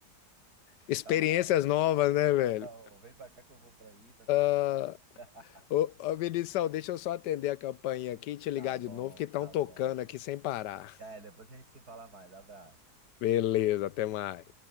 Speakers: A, on the left; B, on the right.
A: Experiências
B: Tá, uma-
A: novas, né,
B: é,
A: velho?
B: ó, vem pra cá que eu vou pra aí, tá tudo
A: Ah,
B: certo. <laughs>
A: Ô, ô Vinição, deixa eu só atender a campainha aqui e te ligar
B: Tá bom,
A: de novo, que estão
B: tá
A: tocando
B: bom.
A: aqui sem parar.
B: É, depois a gente se fala mais. Abraço.
A: Beleza, até mais.